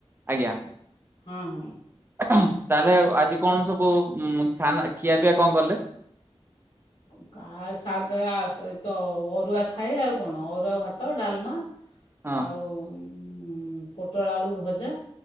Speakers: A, on the right; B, on the left.
A: ଆଜ୍ଞା।
B: ହଁ ହଁ
A: ତାହେଲେ ଆଜି କଣ ସବୁ ଖାନା ଖିଆ ପିଆ କଁ କଲେ। <inaudible>
B: <unintelligible> ଅରୁଆ ଖାଏ ଆଉ କଣ ଅରୁଆ ଭାତ ଡ଼ାଲମା।
A: ହଁ
B: ଆଉ ଉଁ ପୋଟଳ ଆଳୁ ଭଜା।